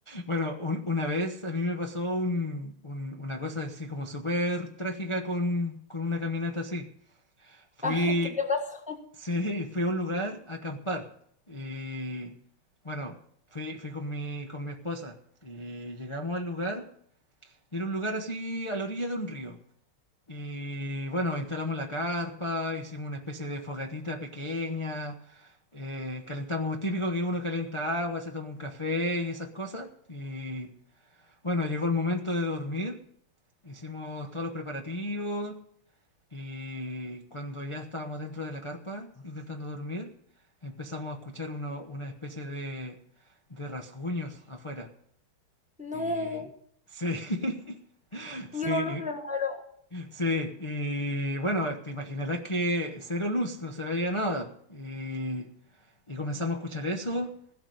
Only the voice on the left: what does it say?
Bueno, un- una vez a mí me pasó un- un- una cosa así como súper trágica con, con una caminata así. Fui,
<laughs> sí, fui a un lugar a acampar y bueno, fui, fui con mi, con mi esposa y llegamos al lugar y era un lugar así a la orilla de un río. Y bueno, instalamos la carpa, hicimos una especie de fogatita pequeña, eh, calentamos, típico que uno calienta agua, se toma un café y esas cosas. Y bueno, llegó el momento de dormir, hicimos todos los preparativos y cuando ya estábamos dentro de la carpa intentando dormir, empezamos a escuchar uno, una especie de, de rasguños afuera.
Y sí, <laughs> sí,
Sí, y bueno, te imaginarás que cero luz, no se veía nada. Y, y comenzamos a escuchar eso